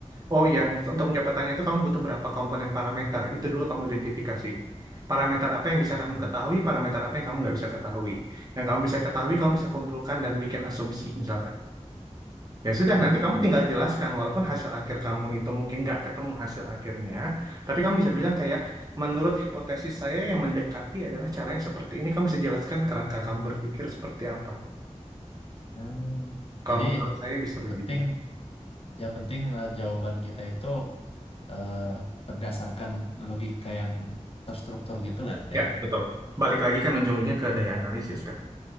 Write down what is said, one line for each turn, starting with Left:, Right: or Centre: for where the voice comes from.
Right: Oh ya, untuk penjabatannya itu kamu butuh berapa komponen parameter. Itu dulu kamu identifikasi. Parameter apa yang bisa kamu
Left: Mhm.
Right: ketahui, parameter apa yang kamu nggak bisa ketahui. Yang kamu bisa ketahui, kamu bisa kumpulkan dan bikin asumsi misalkan. Ya sudah,
Left: Hmm.
Right: nanti kamu tinggal jelaskan walaupun hasil akhir kamu itu mungkin nggak ketemu hasil akhirnya. Tapi kamu bisa bilang kayak, menurut hipotesis saya yang mendekati adalah cara yang seperti ini. Kamu bisa jelaskan kerangka kamu berpikir seperti apa.
Left: Hmm.
Right: Kalau
Left: Jadi
Right: menurut saya bisa begitu.
Left: penting yang penting eh, jawaban kita itu eh, berdasarkan logika yang terstruktur gitu lah
Right: Ya,
Left: ya.
Right: betul. Balik lagi kan ujung-ujungnya ke daya analisis kan.